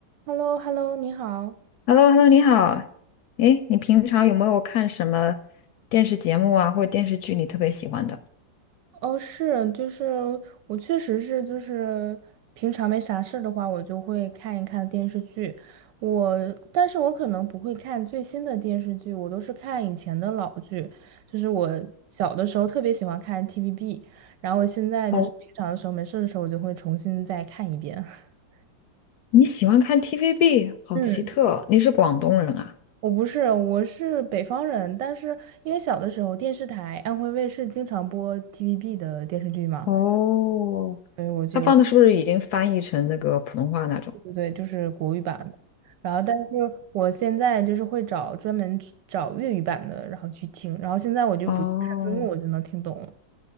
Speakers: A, on the right; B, on the left.
A: h e l l o h e l l o 你好。
B: h e l l o h e l l o 你好。诶，你平常有没有看什么电视节目啊，或者电视剧你特别喜欢的？
A: 哦，是，就是我确实是，就是平常没啥事儿的话，我就会看一看电视剧。我，但是我可能不会看最新的电视剧，我都是看以前的老剧。就是我小的时候特别喜欢看 TVB，然后我现在就是平常的时候没事儿的时候，
B: 哦
A: 我就会重新再看一遍。<laughs>
B: 你喜欢看 TVB，好奇特。
A: 嗯，
B: 你是广东人啊？
A: 我不是，我是北方人，但是因为小的时候电视台安徽卫视经常播 TVB 的电视剧嘛。
B: 哦
A: 所以我就。
B: 他放的是不是已经翻译成那个普通话那种？
A: 对对对，就是国语版的然后，但是我现在就是会找专门只找粤语版的，然后去听。然后现在我就不去看字幕，
B: 哦，
A: 我就能听懂了。